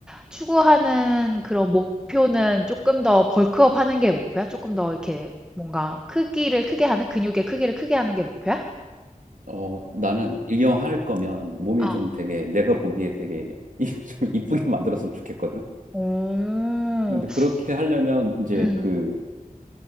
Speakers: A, in the centre; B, on the right (about 65°).
A: 추구하는 그런 목표는 조금 더 벌크업 하는 게 목표야? 조금 더 이렇게 뭔가 크기를 크게 하는, 근육의 크기를 크게 하는 게 목표야?
B: 어, 나는 이왕 할 거면 몸이
A: 어.
B: 좀 되게, 내가 보기에 되게 <laughs> 이- 좀 이쁘게 만들었으면 좋겠거든.
A: 오,
B: 근데 그렇게 하려면 이제
A: 음.
B: 그